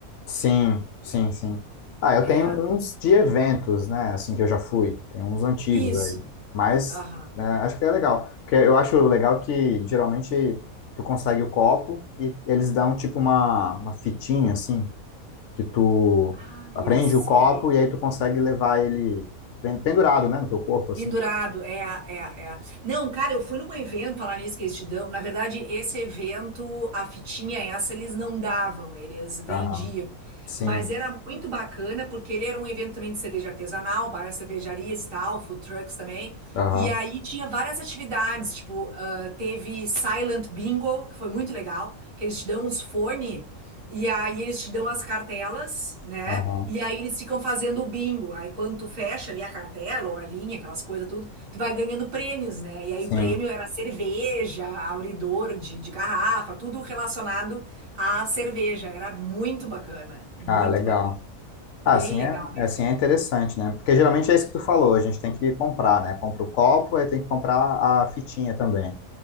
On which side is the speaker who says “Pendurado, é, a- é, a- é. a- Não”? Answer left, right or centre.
Right